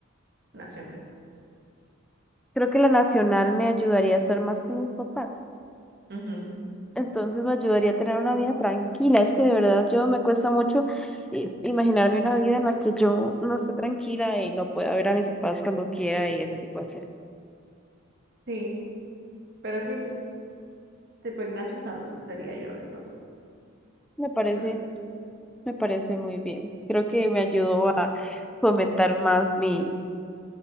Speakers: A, on the right; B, in the centre.
A: nacional?
B: Creo que la nacional me ayudaría a estar más con mis papás.
A: Ujú,
B: Entonces me ayudaría a tener una vida tranquila. Es que de verdad yo me cuesta mucho i- imaginarme una vida en la que yo no esté tranquila y no pueda ver a mis papás cuando quiera y ese tipo de cosas.
A: Sí, pero sí, sí. Tipo Ignacio Santos sería yo entonces.
B: Me parece,
A: Yo.
B: me parece muy bien. Creo que me ayudó a fomentar más mi